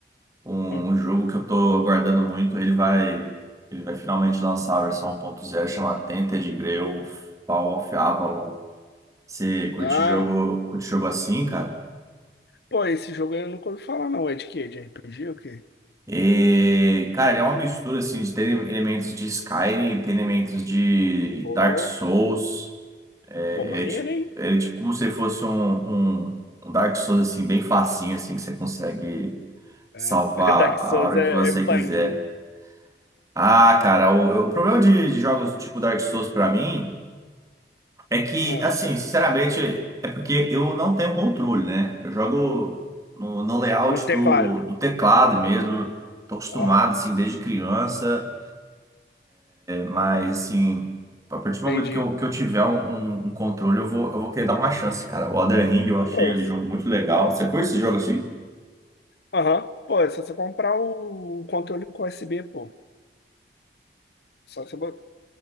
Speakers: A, on the right (about 20°); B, on the left (about 65°).
A: um,
B: hum.
A: um jogo que eu tô aguardando muito, ele vai, ele vai finalmente lançar a versão 1.0, chama Tainted Grail Fall of Avalon. Você curte
B: Ah,
A: jogo, curte jogo assim, cara?
B: pô, esse jogo aí eu nunca ouvi falar não, é de quê? De RPG ou o quê?
A: E, cara, ele é uma mistura assim de ter elementos de Skyrim, tem elementos de
B: Pô,
A: Dark Souls. É,
B: pô, maneiro,
A: é tipo,
B: hein?
A: ele é tipo como se fosse um, um, um Dark Souls assim, bem facinho, assim, que você consegue
B: É.
A: salvar
B: <laughs> Dark Souls
A: a hora
B: é,
A: que você
B: é punk,
A: quiser.
B: né?
A: Ah, cara, o, o problema de, de jogos do tipo Dark Souls pra mim é que,
B: Ah,
A: assim, sinceramente, é porque eu não tenho controle, né? Eu jogo no, no layout
B: no teclado.
A: do, do teclado mesmo, tô acostumado,
B: Aham,
A: assim, desde criança. Mas, assim, a partir do
B: entendi.
A: momento que eu, que eu tiver um, um- um controle, eu vou, eu vou querer dar uma chance, cara. O Elden Ring eu achei
B: Pô,
A: ele
B: s-
A: jogo muito legal. Você curte esse jogo assim?
B: aham, Pô, é só você comprar o o controle com USB, pô. Só você, bot-